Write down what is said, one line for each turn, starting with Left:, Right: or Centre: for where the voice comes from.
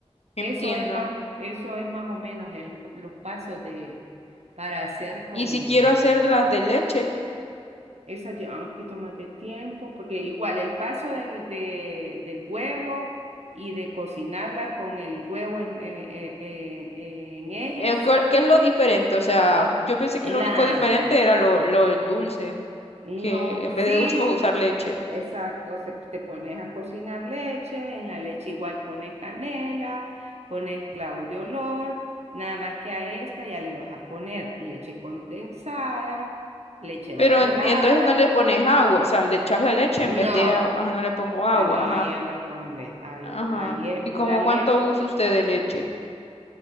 Left: Entiendo.
Right: Eso es más, eso es más o menos el, los pasos de, para hacer con
Left: Y si quiero hacer de las de leche,
Right: Esa lleva un poquito más de tiempo, porque igual el paso del, de- del huevo y de cocinarlas con el huevo en, en- eh, eh, en ellas,
Left: eh, ¿cuál- ¿qué, es lo diferente? O sea, yo pensé
Right: es
Left: que lo
Right: la,
Left: único diferente era lo, lo del dulce,
Right: no,
Left: que en vez
Right: sí,
Left: de dulce vas a usar leche.
Right: exacto, se- te pones a cocinar leche, en la leche igual pones canela, pones clavo de olor, nada más que a esta ya le vas a poner leche condensada, leche evaporada,
Left: Pero en- entonces no le pones agua, o sea, le echas la leche
Right: no.
Left: en vez de agua. Ajá, no le pongo agua,
Right: Ah, No,
Left: ajá.
Right: ahí ya no le ponen leche, ahí,
Left: Ajá.
Right: ahí es
Left: ¿Y
Right: pura
Left: como
Right: leche.
Left: cuánto usa usted de leche?